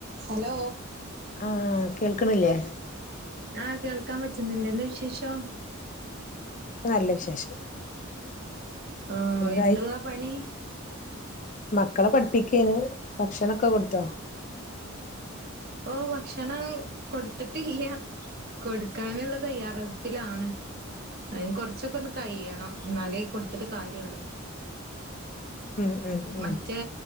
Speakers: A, on the right; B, on the left.
A: Hello
B: ആഹ കേൾക്കണില്ലേ
A: ആഹ കേൾക്കാൻ പറ്റുന്നുണ്ട് എന്താ വിശേഷം
B: നല്ല വിശേഷം
A: ആഹ
B: എന്തായി
A: എന്തുവാ പണി
B: മക്കളെ പഠിപ്പിക്കാണ് ഭക്ഷണൊക്കെ കൊടുത്തോ
A: ഓ ഭക്ഷണം കൊടുത്തിട്ടില്ല കൊടുക്കാനുള്ള തയ്യാറെടുപ്പിലാണ് അതിന് കൊറച്ചൊക്കെ ഒന്ന് കഴിയണം എന്നാലേ കൊടുത്തിട്ട് കാര്യള്ളു
B: ഉം ഉം ഉം
A: മറ്റേ